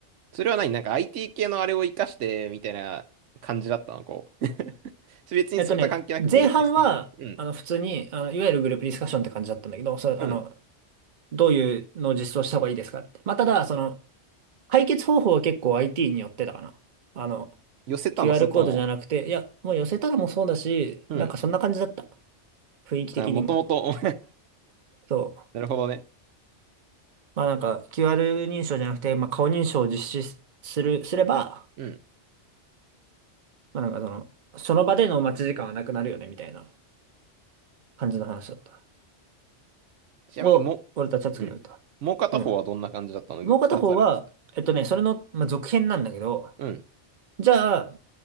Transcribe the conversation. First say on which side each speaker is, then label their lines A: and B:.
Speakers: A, on the right; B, on the right.
A: それは何なんか IT 系のあれを活かして、みたいな感じだったのこう。<laughs> 別にそれとは関係なくグループディスカッション。
B: えっとね、前半は、
A: うん。
B: あの、普通に、あの、いわゆるグループディスカッションって感じだったんだけど、それ、
A: うん。
B: あの、どういうのを実装した方がいいですかって。まあ、ただ、その、解決方法は結構 IT によってたかな。あの、
A: 寄せたの、
B: QR
A: それとも、
B: コードじゃなくて、いや、もう寄せたらもうそうだし、
A: うん。
B: なんかそんな感じだった。雰囲気的にも。
A: あ、もともと、
B: そう。
A: <laughs> なるほどね。
B: まあなんか QR 認証じゃなくて、まあ顔認証を実施すする、すれば、
A: うん。
B: まあなんかその、その場での待ち時間はなくなるよね、みたいな感じの話だった。
A: ちなみにも、
B: を、俺たちは作り上げた。
A: うん。もう片方はどんな感じだったの二つあるって
B: うん。もう片方は、えっとね、それの、まあ、続編なんだけど、
A: 言ってた。
B: じゃあ、